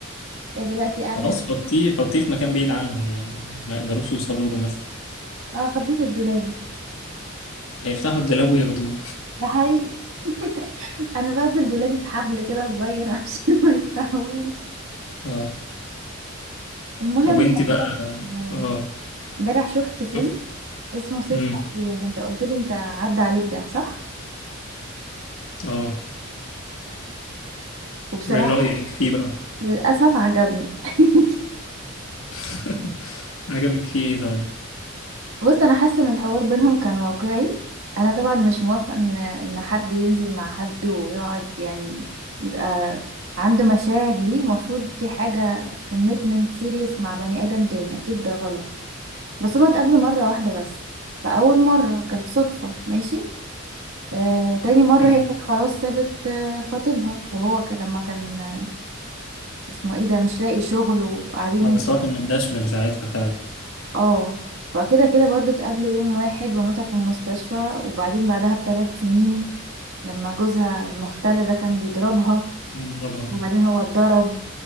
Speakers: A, on the right (about 75°); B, on the left (about 80°).
A: هي دلوقتي
B: خلاص
A: قاعده
B: حطيه حطيه في مكان بعيد عنهم يعني ما يقدروش يوصلوا له مثلا
A: <laughs> اه خبيه في الدولاب
B: هيفتحوا الدولاب وياخدوه
A: ده حقيقي <laughs> انا بقى في الدولاب بحبل كده صغير عشان <laughs> ما يفتحوش
B: اه
A: المهم
B: طب وانت بقى
A: آه،
B: اه
A: امبارح شفت فيلم
B: شوف
A: اسمه ست
B: امم
A: أيام انت قلت لي انت عدى عليك ده صح
B: اه
A: وبصراحة
B: وايه رأيك فيه بقى
A: للأسف عجبني <laughs>
B: <laughs> عجبك فيه ايه طيب
A: بص أنا حاسة إن الحوار بينهم كان واقعي أنا طبعا مش موافقة إن إن حد ينزل مع حد ويقعد يعني يبقى عنده مشاعر ليه المفروض في حاجة commitment serious مع بني آدم تاني أكيد ده غلط بس هما اتقابلوا مرة واحدة بس فأول مرة كانت صدفة ماشي آه، تاني مرة
B: امم
A: هي كانت خلاص سابت آه، خطيبها وهو كان لما كان اسمه ايه ده مش لاقي شغل وقاعدين
B: اه بس هو كان متدشمل ساعتها فعلا
A: اه فكده كده برضو اتقابلوا يوم واحد وماتها في المستشفى وبعدين بعدها بثلاث سنين لما جوزها المختل ده كان بيضربها
B: مرة بقى.
A: وبعدين هو اتضرب